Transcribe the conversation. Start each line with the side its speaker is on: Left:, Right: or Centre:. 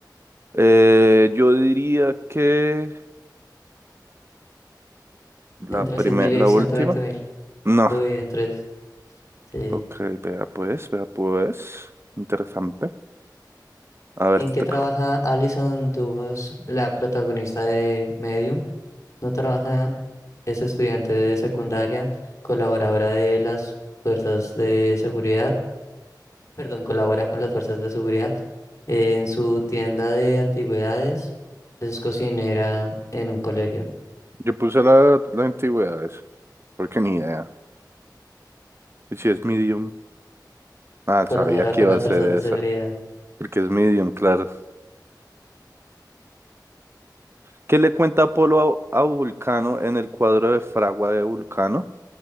Right: Eh, yo diría que la
Left: Entre
Right: primera,
Left: 100.000 y
Right: la
Left: ciento
Right: última.
Left: veinte mil.
Right: No,
Left: Uy, entre... Sí.
Right: ok, vea pues, vea pues. Interesante. A ver,
Left: ¿En
Right: te
Left: qué
Right: toca.
Left: trabaja Alison Dubos, la protagonista de Medium? No trabaja, es estudiante de secundaria, colaboradora de las fuerzas de seguridad, perdón, colabora con las fuerzas de seguridad en su tienda de antigüedades, es cocinera en un colegio,
Right: Yo puse la, la antigüedad, eso, porque ni idea. ¿Y si es medium? Ah,
Left: colabora
Right: sabía que
Left: con
Right: iba
Left: las
Right: a ser
Left: fuerzas
Right: esa,
Left: de seguridad.
Right: porque es medium, claro. ¿Qué le cuenta Apolo a, a Vulcano en el cuadro de Fragua de Vulcano?